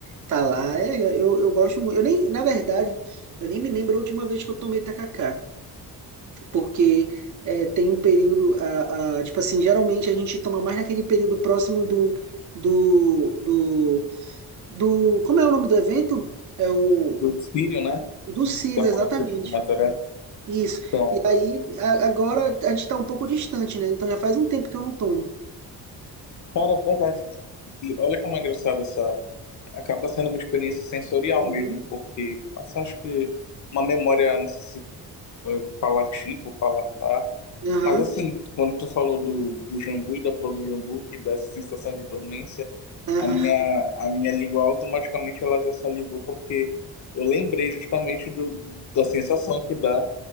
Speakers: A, on the right; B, on the left.
A: tá lá. É, eu, eu gosto muito. Eu nem, na verdade, eu nem me lembro a última vez que eu tomei tacacá, porque é, tem um período, a, a- tipo assim, geralmente a gente toma mais naquele período próximo do, do, do, do, como é o nome do evento? É o
B: eu sírio, né,
A: do
B: você
A: Ciro,
B: está
A: exatamente.
B: falando que é do Nazaré.
A: Isso.
B: Então,
A: E aí, a- agora a gente tá um pouco distante, né? Então já faz um tempo que eu não tomo.
B: cara, é verdade, e olha como é engraçado essa. acaba sendo uma experiência sensorial
A: Uhum.
B: mesmo, porque assim, acho que uma memória, não sei se eh, palativa ou palatar,
A: Aham.
B: mas assim, quando tu falou do, do jambu e da flor do jambu, que dá essa sensação de dormência,
A: Aham.
B: a minha, a minha língua automaticamente ela já salivou, porque eu lembrei justamente do, da sensação que dá